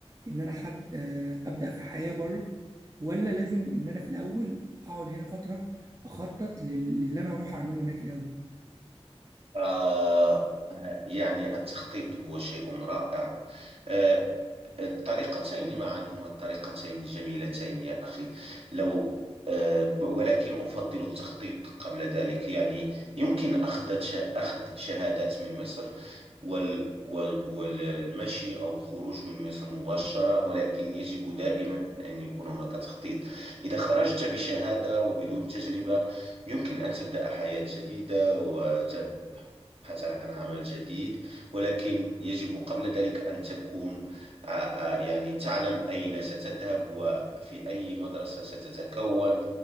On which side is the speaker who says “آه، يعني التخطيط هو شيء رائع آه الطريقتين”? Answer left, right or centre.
Right